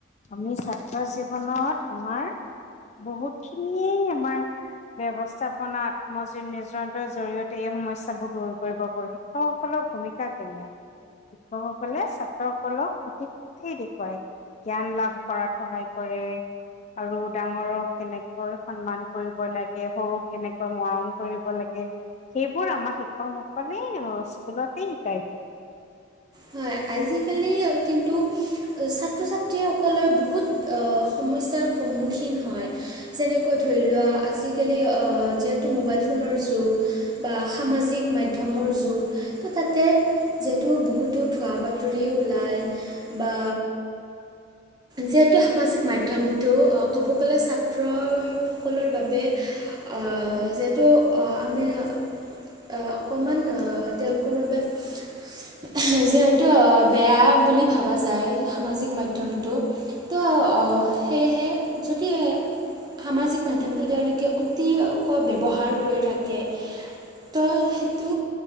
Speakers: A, on the left (about 35°); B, on the right (about 20°).
A: আমি ছাত্ৰ জীৱনত আমাৰ বহুতখিনিয়ে আমাৰ ব্যৱস্থাপনাত <unintelligible> জৰিয়তে এই সমস্যা <unintelligible> দূৰ কৰিব পাৰো শিক্ষকসকলৰ ভূমিকা কেনে? শিক্ষকসকলে ছাত্ৰসকলক সঠিক সেই দেখুৱাই জ্ঞান লাভ কৰাত সহায় কৰে। আৰু ডাঙৰক কেনেকৈ সন্মান কৰিব লাগে, সৰুক কেনেকৈ মৰম কৰিব লাগে সেইবোৰ আমাক শিক্ষকসকলে <unintelligible> স্কুলতে শিকাই দিয়ে।
B: হয় আজিকালি কিন্তু ছাত্ৰ-ছাত্ৰীসকলে বহুত অ, সমস্যাৰ সন্মুখীন হয় যেনেকৈ ধৰি লোৱা আজিকালি অ, যিহেতু মোবাইল ফোনৰ যুগ বা সামাজিক মাধ্যমৰ যুগ ত' তাতে যিহেতু বহুতো ভুৱা বাতৰি ওলাই বা যিহেতু সামাজিক মাধ্যমটো অ, ক'ব গ'লে ছাত্ৰসকলৰ বাবে অ, যিহেতু অ, আমি অ, অকণমান অ, তেওঁলোকৰ বাবে <unintelligible> যিহেত তু বেয়া বুলি ভাবা যায় সামাজিক মাধ্যমটো ত' অ, সেয়েহে যদি এ সামাজিক মাধ্যমটো তেওঁলোকে অতিকৈ ব্যৱহাৰ কৰি থাকে তল সেইটো